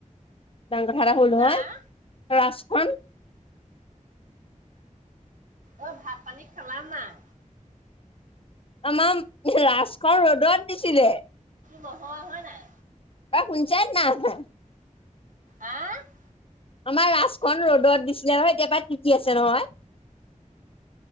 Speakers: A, on the left; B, on the right.
A: ডাঙৰ কথা এটা হ'ল নহয়
B: আহ
A: ৰাজখন
B: অ ভাত পানী খালা নাই
A: আমাম ৰাজখন ৰ'দত দিছিলে
B: বহয় হয় নাই
A: শুনচা না আ <unintelligible>
B: আহ <unintelligible>
A: আমাৰ ৰাজখন ৰ'দত দিছিলে হয় একেবাই তিতি আছে নহয়